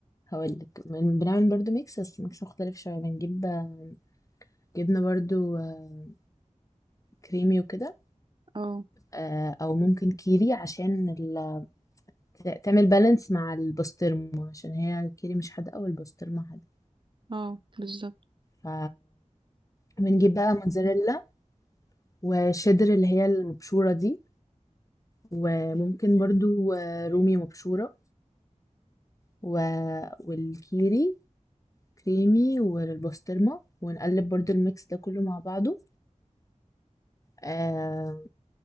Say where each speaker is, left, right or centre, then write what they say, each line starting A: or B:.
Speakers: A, on the left; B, on the right.
A: هقول لك بنعمل برضو ميكس بس ميكس مختلف شويه بنجيب آه، جبنه برضو آه، كريمي وكده
B: اه
A: آه، او ممكن كيري عشان ال... ت- تعمل بالانس مع البسطرمه عشان هي الكيري مش حادقه والبسطرمه حادقه
B: اه بالظبط
A: ف بنجيب بقى موتزاريلا وشدر اللي هي المبشورة دي وممكن برضو آه، رومي مبشورة و... والكيري كريمي والبسطرمة ونقلب برضو الميكس ده كله مع بعضه آه